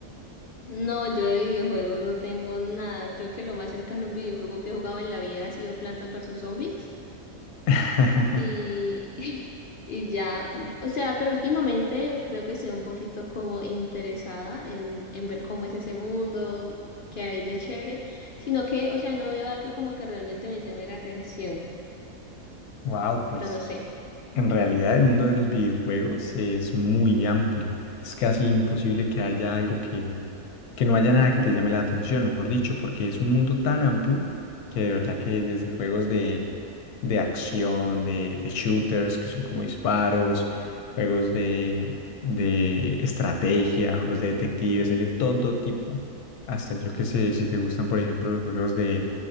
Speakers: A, on the left; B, on the left.
A: No, yo de videojuegos no tengo nada. Creo que lo más cercano a un videojuego que he jugado en la vida ha sido Plantas versus Zombies.
B: <laughs>
A: Y, <laughs> y ya, o sea, pero últimamente creo que estoy un poquito como interesada en, en ver cómo es ese mundo, qué hay de chévere, sino que, o sea, no veo algo como que realmente me llame la atención,
B: Wow, pues
A: pero no sé.
B: En realidad, el mundo de los videojuegos es muy amplio. Es casi imposible que haya algo que, que no haya nada que te llame la atención, mejor dicho, porque es un mundo tan amplio que de verdad que desde juegos de, de acción, de, de shooters, que son como disparos, juegos de, de estrategia, juegos de detectives, hay de todo tipo. Hasta yo que sé, si te gustan, por ejemplo, los juegos de